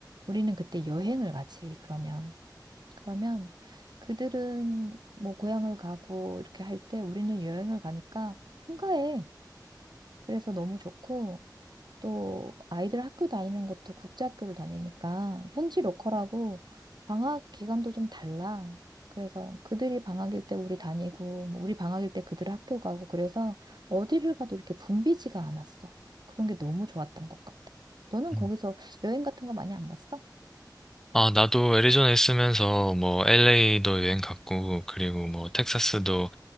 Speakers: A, on the right; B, in the centre.
A: 우리는 그때 여행을 가지, 그러면. 그러면 그들은 뭐 고향을 가고 이렇게 할 때 우리는 여행을 가니까 한가해. 그래서 너무 좋고 또 아이들 학교 다니는 것도 국제학교를 다니니까 현지 로컬하고 방학 기간도 좀 달라. 그래서 그들이 방학일 때 우리 다니고 뭐 우리 방학일 때 그들 학교 가고 그래서 어디를 가도 이렇게 붐비지가 않았어. 그런 게 너무 좋았던 것 같아. 너는
B: 음.
A: 거기서 여행 같은 거 많이 안 갔어?
B: 아, 나도 애리조나에 있으면서 뭐 LA도 여행 갔고, 그리고 뭐 텍사스도,